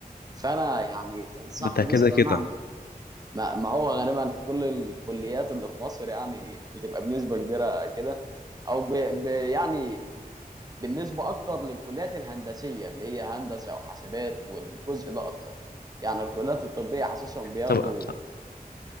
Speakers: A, on the right; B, on the left.
A: فانا يعني تنصحني
B: ده ده كده
A: مثلا
B: كده
A: اعمل ما, ما هو غالبا في كل الكليات اللي في مصر يعني بتبقى بنسبه كبيره كده او ب... ب... يعني بالنسبه اكتر للكليات الهندسيه اللي هي هندسه وحاسبات والجزء ده اكتر يعني الكليات الطبيه حاسسهم بياخدوا
B: طبعا